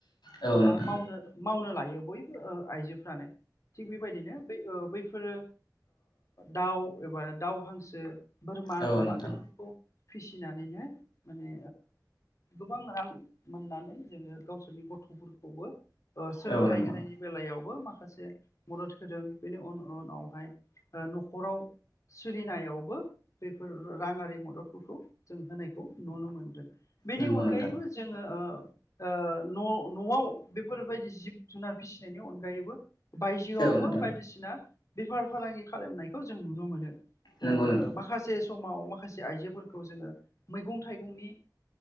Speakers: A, on the left; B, on the left.
A: औ नोंथां
B: बा मावनो मावनो लायो बयबो आइजोफ्रानो थिग बेबायदिनो बे बैफोरो दाउ एबा दाउ हांसो बोरमा
A: औ नोंथां औ नोंथां नंगौ नोंथां औ
B: अमा
A: नोंथां
B: बेफोरखौ फिसिनानैनो माने गोबां रां मोननानै जोङो गावसोरनि गथ'फोरखौबो सोलोंथाइ
A: औ नोंथां
B: होनायनि बेलायावबो माखासे मदद होदों बेनि उन-उन-उनावहाय नखराव सोलिनायावबो बेफोर राङारि मददफोरखौ जों होनायखौ नुनो मोनदों बेनि
A: नंगौ
B: अनगायैबो
A: नोंथां
B: जोङो ओ ओ न-नआव बेफोरबायदि जिब जुनार फिसिनायनि अनगायैबो बायजोआवबो
A: औ नोंथां
B: बायदिसिना बेफार फालांगि खालामनायखौ जों नुनो मोनो
A: नंगौ नोंथां
B: माखासे समाव माखासे आइजोफोरखौ जोङो मैगं थाइगंनि